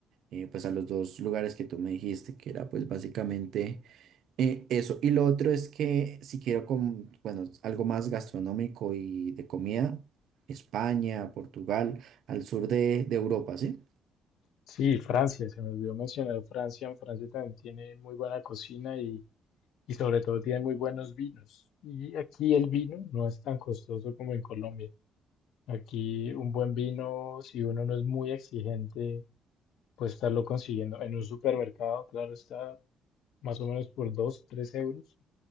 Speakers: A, on the right; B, on the left.
A: eh, pues a los dos lugares que tú me dijiste, que era pues básicamente Eh, eso, y lo otro es que si quiero, com- bueno, algo más gastronómico y de comida, España, Portugal, al sur de, de Europa, ¿sí?
B: Sí, Francia, se me olvidó mencionar Francia. Francia también tiene muy buena cocina y, y sobre todo tiene muy buenos vinos. Y aquí el vino no es tan costoso como en Colombia. Aquí un buen vino, si uno no es muy exigente, Puedes estarlo consiguiendo en un supermercado, claro está, más o menos por 2 3 euros,